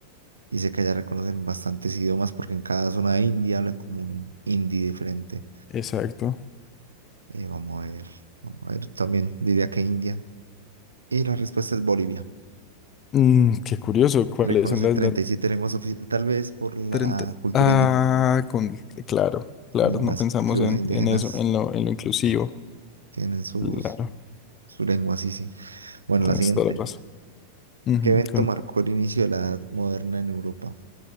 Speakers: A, on the right; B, on the left.
A: Y sé que allá reconocen bastantes idiomas porque en cada zona de India hablan como un hindi diferente.
B: Exacto.
A: Eh, vamos a ver. Vamos a ver. También diría que India. Y la respuesta es Bolivia.
B: Mm, qué curioso, ¿cuáles
A: Reconoce
B: son las,
A: 37
B: las
A: lenguas oficiales. Tal vez por la
B: treinta
A: cultura
B: Ah,
A: indígena.
B: con, claro, claro,
A: Las
B: no pensamos
A: tribus
B: en,
A: indígenas
B: en eso, en lo, en lo inclusivo.
A: tienen sus,
B: Claro,
A: su lengua, sí, sí. Bueno,
B: tienes
A: la siguiente.
B: toda la razón. Ujú,
A: ¿Qué evento
B: contame.
A: marcó el inicio de la edad moderna en Europa?